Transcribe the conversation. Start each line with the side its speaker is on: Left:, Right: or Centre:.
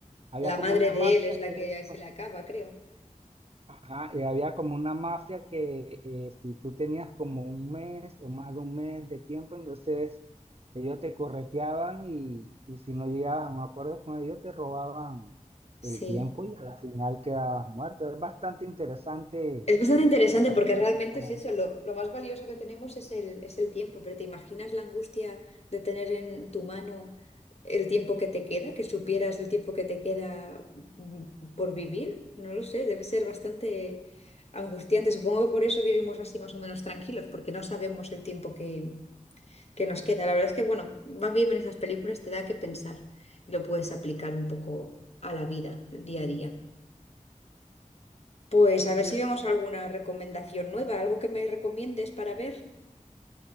Right: había
Left: La
Right: como
Left: madre
Right: una
Left: de
Right: mafia
Left: él es la
Right: que
Left: que
Right: ellos
Left: se le acaba, creo.
Right: Ajá, y había como una mafia que eh, si tú tenías como un mes o más de un mes de tiempo, entonces ellos te correteaban y, y si no llegabas a un acuerdo con ellos, te robaban
Left: Sí.
Right: el tiempo y al final quedabas muerto. Es bastante interesante
Left: Es bastante interesante
Right: eh,
Left: porque
Right: esa
Left: realmente
Right: economía.
Left: es eso, lo, lo más valioso que tenemos es el, es el tiempo, pero ¿te imaginas la angustia de tener en tu mano el tiempo que te queda, que supieras el tiempo que te queda mm, por vivir? No lo sé, debe ser bastante angustiante. Supongo que por eso vivimos así más o menos tranquilos, porque no sabemos el tiempo que, que nos queda. La verdad es que, bueno, va bien en esas películas, te da que pensar, lo puedes aplicar un poco a la vida, el día a día. Pues
Right: Sí, sí,
Left: a
Right: sí.
Left: ver
Right: sí.
Left: si vemos alguna recomendación nueva, algo que me recomiendes para ver.